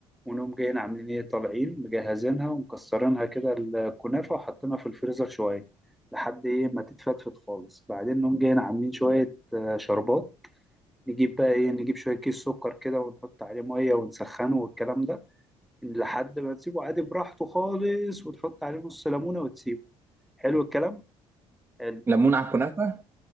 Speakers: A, in the centre; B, on the right (about 20°).
A: ونقوم جايين عاملين ايه طالعين مجهزينها ومكسرينها كده الكنافه وحاطينها في الفريزر شويه لحد ايه ما تتفتفت خالص بعدين نقوم جايين عاملين شويه آه، شربات نجيب بقى ايه نجيب شويه كيس سكر كده ونحط عليه ميه ونسخنه والكلام ده لحد ما تسيبه عادي براحته خالص وتحط عليه نص ليمونه وتسيبه حلو الكلام حلو
B: ليمون على الكنافه